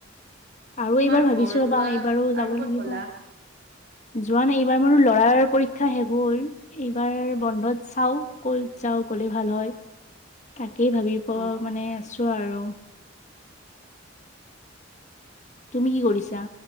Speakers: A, on the left (about 40°); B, on the right (about 60°).
A: আৰু
B: তোমাৰ
A: এইবাৰ ভাবিছো
B: বৰদোৱা
A: ৰবা এইবাৰো যাব
B: আৰু ক'ত
A: লাগিব
B: গ'লা
A: যোৱা নাই। এইবাৰ মোৰ ল'ৰাৰ পৰীক্ষা শেষ হ'ল এইবাৰ বন্ধত চাও ক'ত যাও গলে ভাল হয়। তাকেই ভাবিব
B: অ', অ',
A: মানে আছো আৰু তুমি কি কৰিছা?